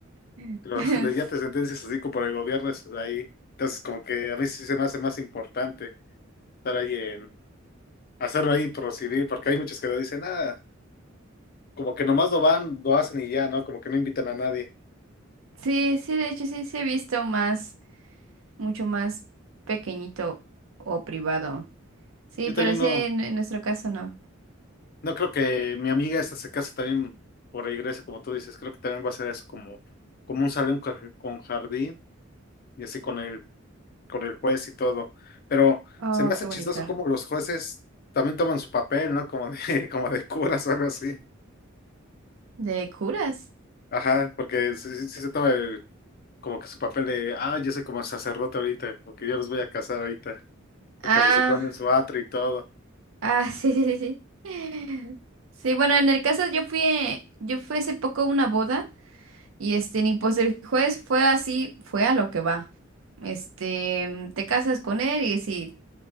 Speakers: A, on the right (about 75°); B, on the left (about 45°).
A: <laughs>
B: pero
A: sí,
B: <laughs> donde ya te sentencias así como por el gobierno es ahí. Entonces como que a mí sí se me hace más importante estar ahí en, hacerlo ahí por lo civil, porque hay muchos que lo dicen, nada, como que nomás lo van, lo hacen y ya, ¿no? Como que no invitan a nadie.
A: sí, de hecho sí, sí he visto más, mucho más pequeñito o privado. Sí,
B: Yo
A: pero
B: también
A: sí,
B: no,
A: en, en nuestro caso no.
B: no creo que mi amiga esta se case también por la iglesia, como tú dices, creo que también va a ser eso como, como un salón con con jardín y así con el, con el juez y todo. Pero
A: Oh,
B: se me hace
A: qué bonito.
B: chistoso como los jueces también toman su papel, ¿no? Como de, <laughs> como de curas o algo así.
A: ¿De curas?
B: Ajá, porque sí, sí- sí se toma el, como que su papel de, ah, yo soy como sacerdote ahorita, porque yo los voy a casar ahorita, porque
A: Ah,
B: se supone en su atrio y todo.
A: ah, <laughs> sí, sí, sí, sí. <laughs> Sí, bueno, en el caso yo fui, eh, yo fui hace poco a una boda Y este, ni pues el juez fue así, fue a lo que va. Este, te casas con él y si